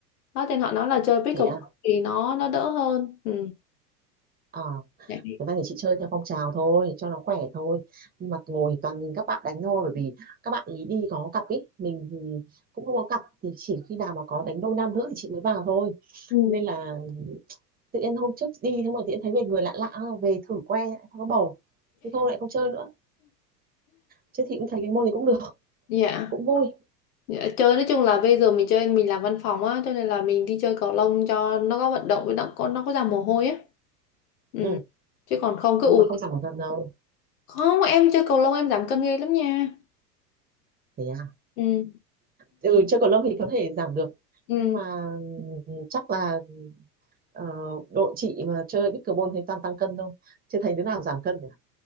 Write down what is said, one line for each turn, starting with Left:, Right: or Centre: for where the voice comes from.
Left: Đó nên họ nói là chơi pickleball
Right: thế à
Left: thì nó nó đỡ hơn. Ừ.
Right: Ờ,
Left: Dạ.
Right: người ta thì chị chơi theo phong trào thôi cho nó khỏe thôi nhưng mà ngồi toàn nhìn các bạn đánh thôi bởi vì các bạn ý đi có cặp ý mình thì cũng không có cặp thì chỉ khi nào mà có đánh đôi nam nữ thì chị mới vào thôi
Left: Ừ.
Right: nên là tự nhiên hôm trước đi thế mà tự nhiên thấy về người lạ lạ à, về thử que lại thấy có bầu thế thôi lại không chơi nữa Chứ thì cũng thấy cái môn này cũng được,
Left: Dạ,
Right: cũng vui.
Left: dạ, chơi nói chung là bây giờ mình chơi mình làm văn phòng á, cho nên là mình đi chơi cầu lông cho nó có vận động với nó có nó có ra mồ hôi á. Ừ.
Right: Ừ,
Left: Chứ còn không cứ
Right: nhưng
Left: ù
Right: mà không giảm được cân đâu.
Left: không em chơi cầu lông em giảm cân ghê lắm nha.
Right: Thế à?
Left: Ừ.
Right: Ừ, chơi cầu lông thì có thể giảm được.
Left: Ừ.
Right: Nhưng mà ừ, chắc là ờ, đội chị mà chơi pickleball thấy toàn tăng cân thôi. Chưa thấy đứa nào giảm cân cả.